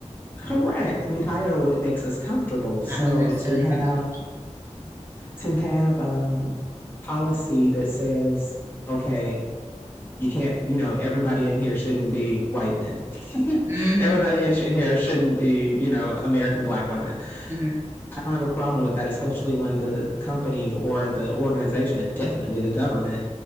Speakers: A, on the left; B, on the right.
A: correct we hire what makes us comfortable so
B: not who's necessarily
A: to have
B: best for the job.
A: to have um, policy that says, okay, you can't, you know, everybody in here shouldn't be white men. <laughs>
B: hmm
A: everybody in here shouldn't be, you know, American black women.
B: hmm
A: I don't have a problem with that, especially when the company or the organization and definitely the government